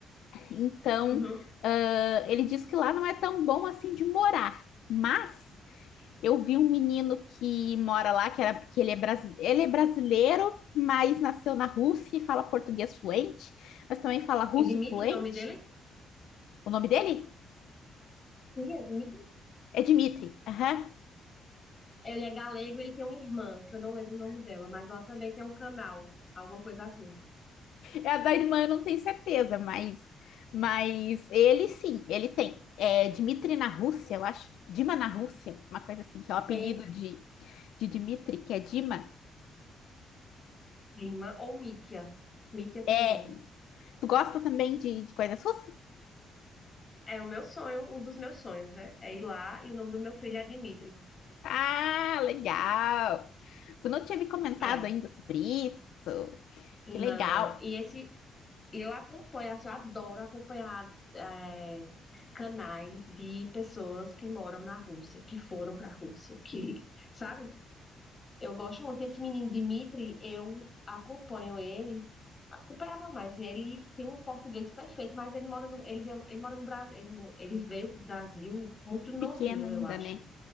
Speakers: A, on the left; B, on the left.
A: Então,
B: Uhum.
A: ah, ele diz que lá não é tão bom assim de morar. Mas Eu vi um menino que mora lá, que, era, que ele, é brasi- ele é brasileiro, mas nasceu na Rússia e fala português fluente, mas também fala russo
B: É Dmitri
A: fluente.
B: o nome dele?
A: O nome dele
B: Sim, é Dmitri.
A: é Dmitry. Aham.
B: Ele é galego, ele tem uma irmã, que eu não lembro o nome dela, mas ela também tem um canal, alguma coisa assim.
A: É a da irmã, eu não tenho certeza, mas, mas ele sim, ele tem. É Dmitry na Rússia, eu acho. Dima na Rússia, uma coisa assim, que é o apelido
B: Ei,
A: de, de Dmitry, que é Dima.
B: irmã ou Mítia. Mítia também.
A: É isso. Tu gosta também de, de coisas russas?
B: É o meu sonho, um dos meus sonhos, né? É ir lá e o nome do meu filho é Dmitri.
A: Ah, legal! Tu não tinha me comentado
B: É.
A: ainda sobre isso?
B: Não,
A: Que legal.
B: e esse eu acompanho, assim, eu adoro acompanhar é, canais de pessoas que moram na Rússia, que foram para a Rússia, que, sabe? Eu gosto muito. Esse menino Dmitry, eu acompanho ele, acompanhava mais. Ele tem um português perfeito, mas ele mora no, ele veio, ele mora no Brasil, ele, mo- ele veio para Brasil muito novinho,
A: Pequeno ainda,
B: eu acho.
A: né?